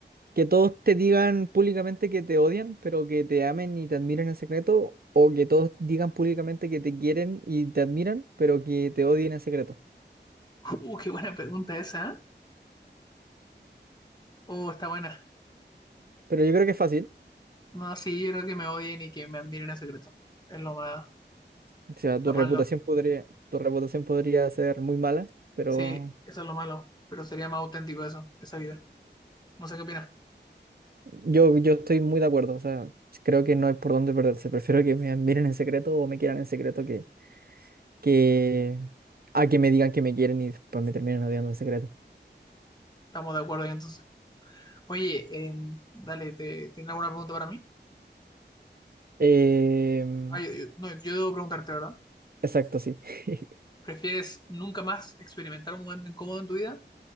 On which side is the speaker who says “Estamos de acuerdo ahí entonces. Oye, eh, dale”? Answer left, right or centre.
Left